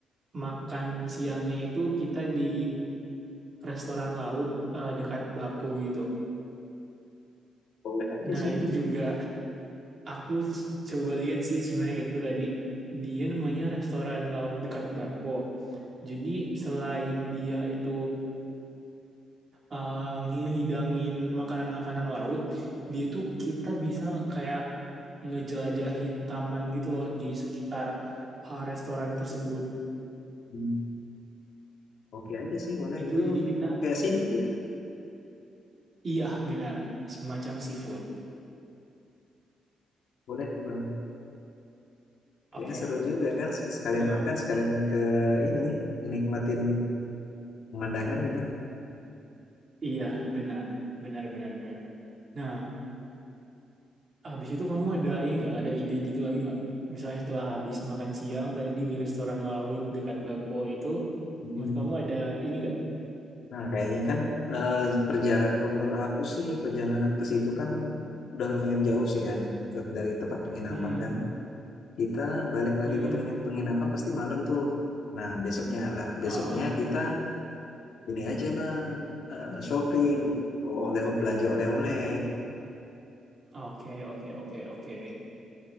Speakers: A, on the right (about 35°); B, on the left (about 70°).
A: makan siangnya itu kita di restoran laut eh, dekat Baku gitu.
B: Boleh aja
A: Nah
B: sih.
A: itu juga aku coba lihat sih sebenarnya itu tadi dia namanya restoran laut dekat Baku. Jadi selain dia itu eh, ngehidangin makanan-makanan laut, dia itu kita bisa kayak ngejelajahin taman gitu loh di sekitar eh, restoran tersebut.
B: Hmm. Oke aja sih, boleh.
A: Itu
B: Itu
A: jadi kita
B: kayak seafood ya?
A: Iya, benar. Semacam seafood.
B: Boleh tuh Bang. Kayaknya
A: Oke.
B: seru juga kan sek- sekalian
A: Nah,
B: makan, sekalian ke ini, menikmatin pemandangannya.
A: iya, benar. Benar, benar, benar. Nah, habis itu kamu ada ini nggak? Ada ide gitu lagi nggak? Misalnya setelah habis makan siang tadi di restoran laut dekat Bako itu,
B: Hmm.
A: menurut kamu ada ini nggak?
B: Nah, kayaknya kan eh, perjalanan kalau menurut aku sih perjalanan ke situ kan udah lumayan jauh sih ya ke- dari tempat penginapan
A: Hmm,
B: kan. Kita balik lagi
A: hmm,
B: ke pengin- penginapan pasti malam tuh. Nah, besoknya lah, besoknya
A: ah,
B: kita ini aja Bang, eh, shopping, oleh belanja oleh-oleh.
A: hmm. Oke, oke, oke, oke.